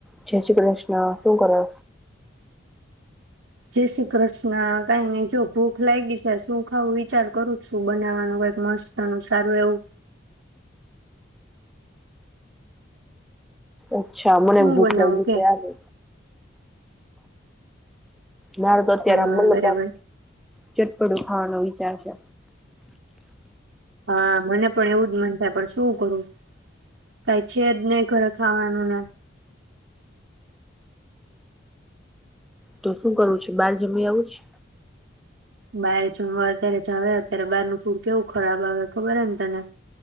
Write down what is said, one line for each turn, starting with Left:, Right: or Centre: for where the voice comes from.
Centre: જય શ્રી કૃષ્ણ, શું કરો?
Right: જય શ્રી કૃષ્ણ કઈ નઈ જો ભૂખ લાયગી છે શું ખાવું વિચાર કરું છું બનાવવાનું કઈક મસ્ત ન સારું એવું
Centre: અચ્છા મને
Right: શું
Centre: ભૂખ
Right: બનાવું
Centre: લાગી
Right: કે
Centre: છે આજે દાર તો અત્યારે
Right: હા
Centre: <unintelligible>
Right: બરાબર
Centre: ચટપડું ખાવાનું વિચાર છે.
Right: હા મને પણ એવું જ મન થાય પણ શું કરું કઈ છે જ નહી ઘરે ખાવાનું ને.
Centre: તો શું કરવું છે બહાર જમી આવું છે?
Right: બાર જમવા અત્યારે જાવ અત્યારે બહારનું ફૂડ કેવું ખરાબ આવે ખબર અહે ને તને?